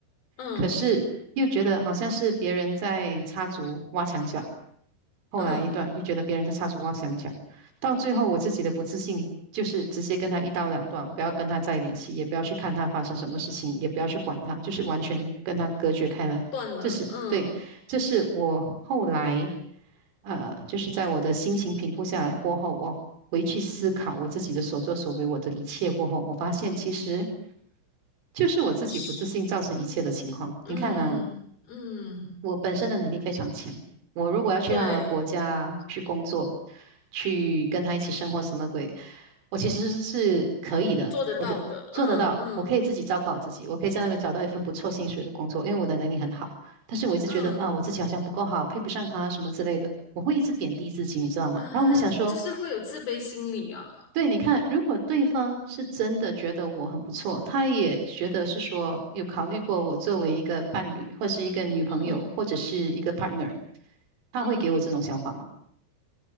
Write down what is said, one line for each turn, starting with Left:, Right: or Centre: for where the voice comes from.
Left: 嗯
Right: 可是又觉得好像是别人在插足挖墙脚。后来一段又觉得别人在插足挖墙脚，
Left: 嗯，
Right: 到最后我自己的不自信就是直接跟他一刀两断，不要跟他再联系，也不要去看他发生什么事情，也不要去管他，就是完全跟他隔绝开来。
Left: 断了，
Right: 这是对，
Left: 嗯
Right: 这是我后来呃，就是在我的心情平复下来过后，我回去思考我自己的所作所为，我的一切过后，我发现其实就是我自己不自信造成一切的情况。
Left: 是，嗯嗯，
Right: 你看啊，我本身的能力非常强，我如果要去他的国家去工作，
Left: 对，
Right: 去跟他一起生活什么鬼，我其实是可以的，
Left: 做得到的，
Right: 我的做得到，
Left: 嗯嗯
Right: 我可以自己照顾好自己，我可以在那边找到一份不错薪水的工作，因为我的能力很好。但是我一直觉得啊，
Left: 嗯，
Right: 我自己好像不够好，配不上他什么之类的，我会一直贬低自己，你知道吗？
Left: 啊，
Right: 然后我就想说。
Left: 就是会有自卑心理啊，
Right: 对，你看，如果对方是真的觉得我很不错，他也觉得是说有考虑过我作为一个伴侣，或是一个女朋友，
Left: 嗯
Right: 或者是一个 partner，他会给我这种想法吗？
Left: 嗯